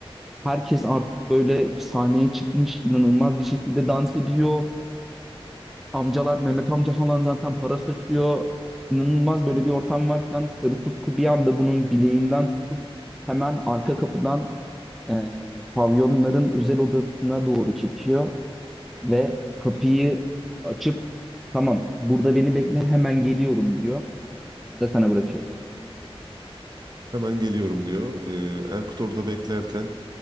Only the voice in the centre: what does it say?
herkes artık böyle sahneye çıkmış inanılmaz bir şekilde dans ediyor. Amcalar Mehmet amca falan zaten para saçıyor. İnanılmaz böyle bir ortam varken Sarı Tutku bir anda bunun bileğinden tutup hemen arka kapıdan eee, pavyonların özel odasına doğru çekiyor ve kapıyı açıp tamam burada beni bekle hemen geliyorum diyor. Da sana bırakıyor.